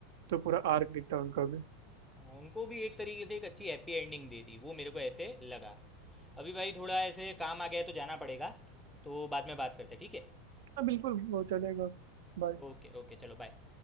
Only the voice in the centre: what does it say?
हाँ, उनको भी एक तरीके से एक अच्छी हैप्पी एंडिंग दे दी वो मेरे को ऐसे लगा अभी भाई थोड़ा ऐसे काम आ गया है तो जाना पड़ेगा तो बाद में बात करते हैं, ठीक है
ओके ओके चलो बाय